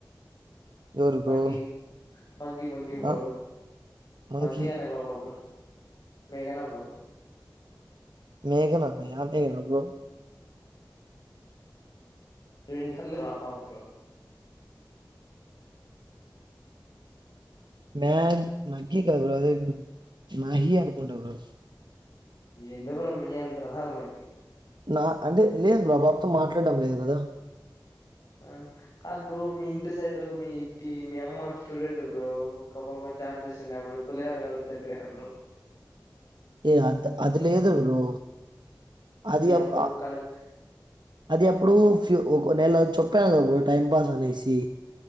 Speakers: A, on the right; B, on the left.
A: ఎవరు బ్రో?
B: మగ్గి మగ్గీ మగ్గీ బ్రో
A: ఆ! మనకి
B: మాగ్గీ అనే పాప బ్రో మేఘనా బ్రో
A: మేఘనా అమ్మాయి ఆంటే గాన బ్రో
B: ట్విన్సన్ని రాపాప బ్రో
A: మె మగ్గి కాదు <unintelligible> మహీ అనుకుంట బ్రో
B: ఎందుకు బ్రో మీ అంత రాదు మాకి
A: నా అంటే లేదు అ పాబాతో మాట్లాడడం లేదు కదా
B: ఆ కాదు బ్రో మీ ఇంటి సైడు మీ ఇంటి మీ అమ్మ స్టూడెంట్ బ్రో ఒక పాప చాట్ చేస్తుండే అప్పుడు పులిహోరా కాల్పుతుంటే హ బ్రో
A: ఏ అంత్ అది లేదు బ్రో అది అప
B: అప్పుడు కలుప్
A: అది అప్పుడు ఫ్యూ కొ నెల చెప్పాను బ్రో టైం పాస్ అనేసి